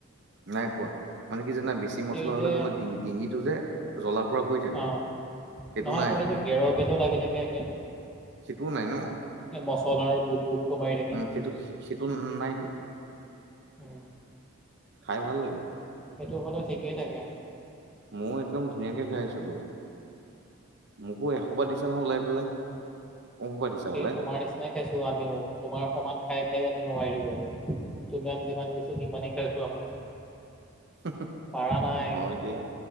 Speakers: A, on the right; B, in the centre.
A: নাই পোৱা মানে কি জানা? বেছি মছলা
B: এই
A: হলে
B: যে
A: তোমাৰ ডিঙ ডিঙিটো যে জ্বলা পুৰা কৰি থাকে
B: অঁ
A: সেইটো
B: নহয়
A: নাই
B: আকৌ সেই যে গেৰ গেথোও লাগি থাকে একে।
A: সেইটোও নাই ন।
B: এ মচলাৰ বুক বুক কো মাৰি থাকে।
A: সেইটো-সেইটো নাইতো।
B: উম।
A: খাই ভাল লাগিল।
B: সেইটো হ'লে ঠিকেই থাকে।
A: মইও একদম ধুনীয়াকে খাই আছো তো। মোকো এসোপা দিছে নহয় ওলাই পেলাই। কোনসোপা দিছা ওলাই
B: এই তোমাৰ নিচিনাই খাইছো আমিও তোমাৰ সমান খাই খাই আমি নোৱাৰিলোগে। তোমাক যিমান দিছে সিমানে খাইছোঁ আমিও।
A: <unintelligible>
B: পাৰা নাই
A: হয় দিয়া।